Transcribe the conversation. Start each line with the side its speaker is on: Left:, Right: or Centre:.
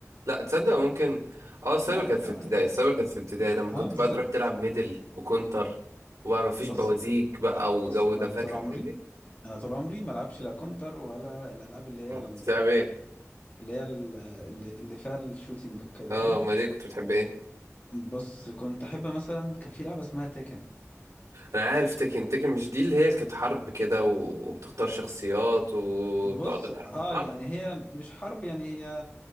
Right: لا تصدق ممكن اه السايبر
Left: لا
Right: كانت
Left: الحضانه
Right: في ابتدائي
Left: يعني
Right: السايبر كانت في ابتدائي لما كنت
Left: اه بالظبط
Right: بقى تروح تلعب ميدل وكونتر وما فيش
Left: بص
Right: بوازيك بقى وجو
Left: بص انا
Right: ده
Left: طول
Right: فاكر
Left: عمري
Right: الحاجات دي
Left: انا طول عمري ما العبش لا كونتر ولا الالعاب اللي هي
Right: أما
Left: ال-
Right: كنت بتلعب ايه
Left: اللي هي ال- اللي اللي فيها الشوتينج وكده
Right: اه
Left: فاهم
Right: امال ايه كنت بتحب ايه
Left: بص كنت احب مثلا كان في لعبه اسمها تيكن
Right: انا عارف تيكن تيكن مش دي اللي هي كانت حرب كده و- وبتختار شخصيات وبتقعدوا
Left: بص
Right: تحاربوا
Left: اه
Right: في بعض
Left: يعني هي مش حرب يعني هي